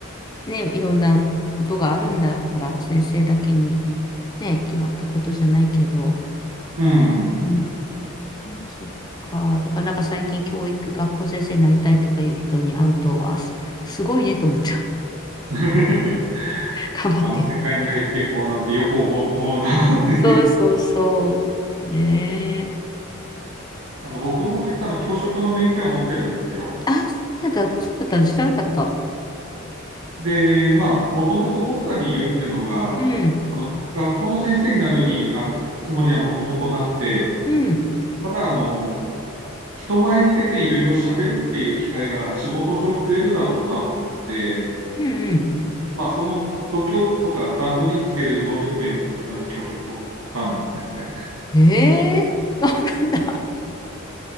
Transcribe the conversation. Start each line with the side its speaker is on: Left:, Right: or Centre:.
Left: ね、いろんなことがあるんだから、先生だけにね、決まったことじゃないけど。
Right: うん。
Left: うーん、そっか。だからなんか最近教育、学校先生になりたいとかいう人に会うと、わあ、す、すごいねと思っちゃう。
Right: <laughs>
Left: <laughs> 頑張ってって。
Right: あの世界に入っていこうなんてよく思う思うなって。
Left: そうそうそう。ねえ。
Right: <laughs> あの僕も実はあの教職の免許は持ってるんですよ。
Left: あ、そうなんだ。そうだったの知らなかった。
Right: で、まあ、もともと取った理由ってのが、
Left: うん。
Right: あの、学校の先生になる理、あの、つもりはもともとなくて、
Left: うん、
Right: ただ、あの、人前に出ていろいろ喋るっていう機会が仕事上増えるだろうなと思って、
Left: うん、
Right: まあ、その度胸とか段取りつける能力勉強するために教職取ったんですね。
Left: うん。へえ、<laughs> そうなんだ。